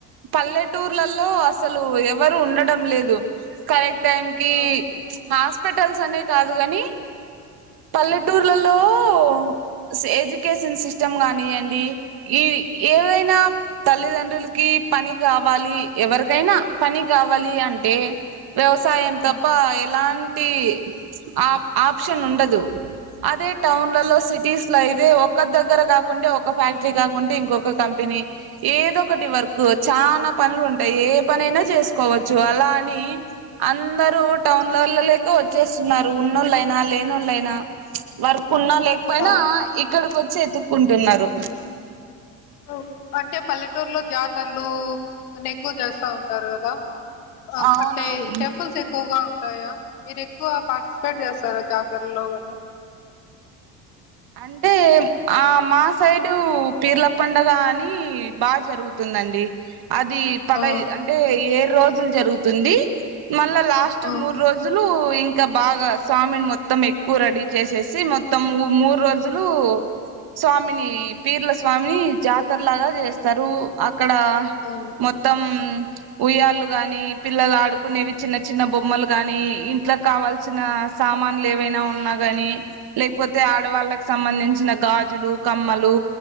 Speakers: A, on the right; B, on the left.
A: పల్లె టూర్లలో అసలు ఎవరు ఉండడం లేదు కరెక్ట్ టైమ్కి
B: ఆ
A: హ హాస్పిటల్స్ అని కాదు కాని పల్లెటూర్లలో
B: హ్మ్
A: <inaudible> ఎడ్యుకేషన్ సిస్టమ్ కాగానీయండి ఈ ఏవైనా
B: హ్మ్
A: తల్లిదండ్రులకి పని కావాలి ఎవరికైనా పని కావాలి అంటే వ్యవసాయం
B: హ్మ్
A: తప్ప ఏలాంటి ఆప్ ఆప్షన్ ఉండదు అదే టౌన్లలో
B: హ్మ్
A: సిటీస్ లో అయితే ఒ ఒక్క ల దగ్గర కాకుంటే ఒక ఫ్యాక్టరీ కాక ఉంటే ఇంకొక కంపెనీ ఏదొ ఒకటి వర్క్ చానా పనులు ఉంటాయి. ఏ పనైనా చేసుకోవచ్చు. అలా అని అందురు టౌన్ లెలకు వచ్చేస్తున్నారు. ఉన్నోళ్ళయినా లేనోళ్ళయినా ప్చ్ వర్క్. ఉన్నా లేకపోయినా
B: అవును
A: ఇక్కడికి వచ్ వచ్చి వెతుక్కుంటున్నారు.
B: అవ్ అంటే పల్లెటూరులో జాతరలు కొన్ని ఎక్కువ చేస్తా ఉంటారు కదా. ఆహ్
A: అవునవును
B: అంటే టెంపుల్స్ ఎక్కువగా ఉ టయా మీరు ఎక్కువ పార్టిసిపేట్ చేస్తారా జాతరలోన
A: అంటే ఆ మా సైడు పీర్ల పండగ అని బాగా జరుగుతుందండి అది పదై
B: ఆ
A: అంటే ఏరు రోజు జరుగుతుంది మళ్ళా లాస్ట్
B: ఆ
A: మూడు రోజులు ఇం ఇంకా బాగా స్వామిని మొత్తం ఎక్కువ రెడీ చేసేసి మొత్తం మూ రోజులు స్వామిని పీర్ల స్వామిని జాతరలాగా చేస్తారు అ ఇక్కడ
B: ఆ
A: మొత్తం ఉయ్యాళ్ళు గాని పిల్లలు ఆడుకునేవి. చిన్న చిన్న బొమ్మలు గాని ఇంట్లో కావాల్సిన సామాన్లు ఏవైనా ఉన్నా గాని లేకపోతే. వాళ్ళకి సంబంధించిన గాజులు కమ్మలు